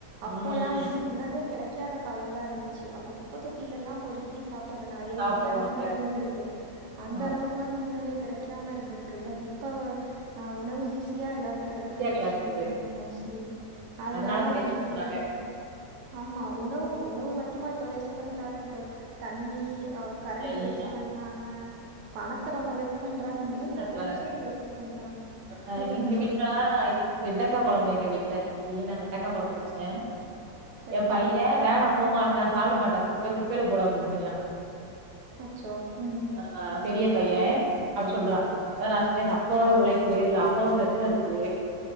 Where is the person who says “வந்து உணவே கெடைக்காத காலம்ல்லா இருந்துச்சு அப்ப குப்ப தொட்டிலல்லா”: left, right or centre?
Right